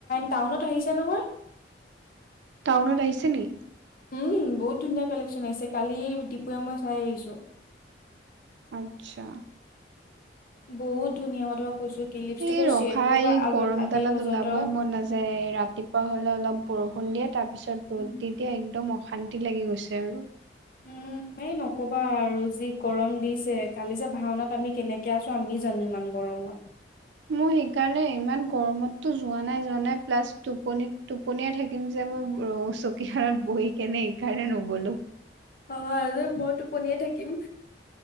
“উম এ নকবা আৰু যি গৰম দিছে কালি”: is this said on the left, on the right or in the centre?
Left